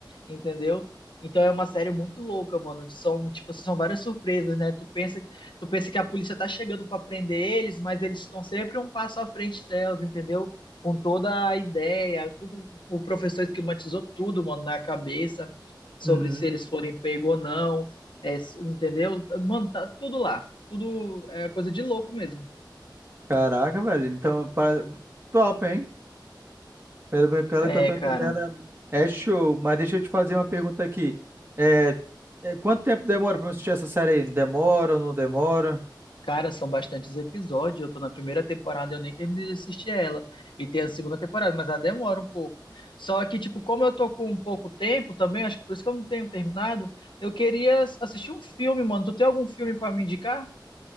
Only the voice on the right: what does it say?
Uhum.
Caraca, velho. Então, para... top, hein? Pelo pelo
que eu tô entendendo,
é é show. Mas deixa eu te fazer uma pergunta aqui. É... é, Quanto tempo demora pra eu assistir essa série aí? Demora ou não demora?